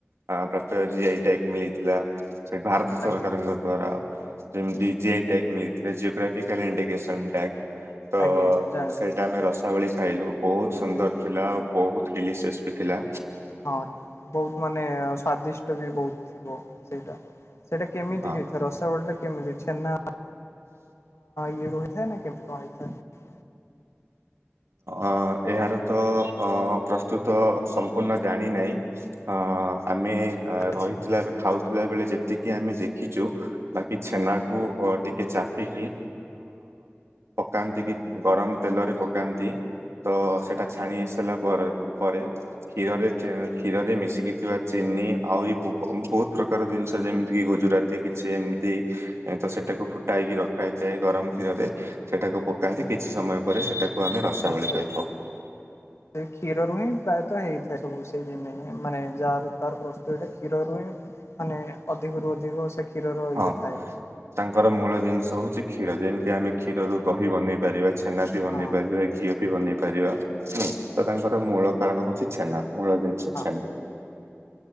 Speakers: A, on the right (about 80°); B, on the left (about 80°).
A: ଅ ପ୍ରା ପ୍ରାୟ ଜି ଆଇ ଟ୍ୟାଗ ମିଳିଥିଲା, ସେଇ ଭାରତ
B: ଆଜ୍ଞା
A: ସରକାରଙ୍କ ଦ୍ଵାରା। ଯେମତି ଜି
B: ଆଜ୍ଞା
A: ଆଇ ଟ୍ୟାକ୍ ମିଳିଥିଲା। Geographical indication tag. ତ-ଅ
B: ଆଜ୍ଞା ଆଜ୍ଞା ଯା
A: ସେଇଟା ଆମେ ରସାବଳି ଖାଇଲୁ ବହୁତ ସୁନ୍ଦର
B: ଆଜ୍ଞା
A: ଥିଲା। ଆଉ ବହୁତ ଡଲିସିୟସ୍ ବି ଥିଲା।
B: ହଁ, ବହୁତ ମାନେ ସ୍ଵାଦିଷ୍ଟ ବି ବହୁତ ଥିବ, ସେଇଟା। ସେଇଟା କେମିତି
A: ହଁ।
B: ହେଇଥା ରସଗୋଳ ଟା କେମିତି ଛେ ନା ଇଏ ରହିଥାଏ ନା କଣ କେମିତି ହେଇଥାଏ?
A: ଅ ଏହାର ତ ଅ ପ୍ରସ୍ତୁତ ସମ୍ପୂର୍ଣ୍ଣ ଜାଣି ନାହିଁ ହ ଆମେ
B: ଆଚ୍ଛା
A: ରହିଥିଲେ ଆମ ଖାଉ ବଳେ ଯେତିକି ଆମେ ଦେଖିଛୁ ବାକି ଛେନାକୁ ଟିକେ ଚାପିକି ପକାନ୍ତି କି ଗରମ ତେଲରେ ପକାନ୍ତି ତ
B: ଆଚ୍ଛା ଆଚ୍ଛା
A: ସେଟା ଛାଣି ସାରିଲା ପରେ ପରେ କ୍ଷୀରରେ କ୍ଷୀରରେ ମିଶିକି ଥିବା ଚିନି ଆଉରି ବହୁତ ପ୍ରକାର ଜିନିଷ ଯେମିତି କି ଗୁଜୁରାତି କିଛି ଏମିତି ତ ସେଟାକୁ ଫୁଟାଇକି ରଖା ହୋଇଥାଏ, ଗରମ କ୍ଷୀରରେ ସେଟାକୁ ପକାନ୍ତି କିଛି ସମୟ ପରେ ସେଟାକୁ ଆମେ ରସାବଳି
B: ଆଛା,
A: କହିଥାଉ।
B: ଛା। ସେ କ୍ଷୀରରୁୁ ହିଁ ପ୍ରାୟତଃ ହେଇଥା <unintelligible> ମାନେ ଯା ତାର ପ୍ରସ୍ତୁତିା କ୍ଷୀରରୁ ହଁ ମାନେ ଅଧିକରୁ ଅଧିକ ସେ କ୍ଷୀରର
A: ହଁ
B: ଇଏ ଥାଏ।
A: ତାଙ୍କର ମୂଳ ଜିନିଷ ହଉଛି କ୍ଷୀର ଯେମିତି ଆମେ କ୍ଷୀରରୁ
B: ହଁ
A: ଦହି ବନେଇ ପାରିବା ଛେନା, ବି ବନେଇ
B: ହଁ
A: ପାରିବା ଘିଅ ବି ବନେଇ ପାରିବା ପାରିବା ତ
B: ହଁ
A: ତାଙ୍କର ମୂଳ କାରଣ ହଉଛି ଛେନା ମୂଳ ଜିନିଷ
B: ହଁ।
A: ଛେନା।